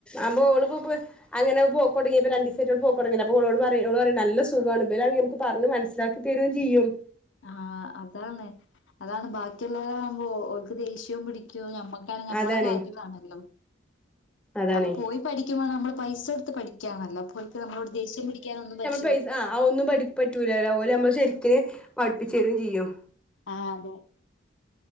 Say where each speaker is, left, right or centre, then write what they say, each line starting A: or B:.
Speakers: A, in the centre; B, on the left.
A: ആഹ് ബോള് അങ്ങനെ പോക്കോൺ രണ്ടിസായിറ്റ് പോക്കൊടങ്യലെ അപ്പം ഓളോട് നല്ല സുഖാണ്. ഇബെലാണെങ്കി മക്ക് പറ്ഞ്ഞ് മൻസിലാക്കി തരൊയും ചെയ്യും
B: ആഹ് അതാണ് അതാണ് ബാക്കിയുള്ളവരാവുമ്പോ ഓല്ക്ക് ദേഷ്യം പിടിക്കും ഞമ്മ ക്കാണ് ഞമ്മളെ
A: അതാണ്
B: കാര്യ ഇതാണല്ലോ
A: അതാണ്
B: അപ്പൊ പോയി പഠിക്കുമ്പ നമ്മള് പൈസ എടുത്ത് പഠിക്കാണല്ലൊ. അപ്പോല്ക്ക് നമ്മളോട് ദേഷ്യം പിടിക്കാനൊന്നും പറ്റ്
A: ആഹ് ആഹ് ഒന്നും പഠി പറ്റൂലല്ലോ ഓല് നമ്മളെ ശരിക്ക്ന് പഠിപ്പിച്ച് തരൊയും ചെയ്യും
B: ആഹ് അതെ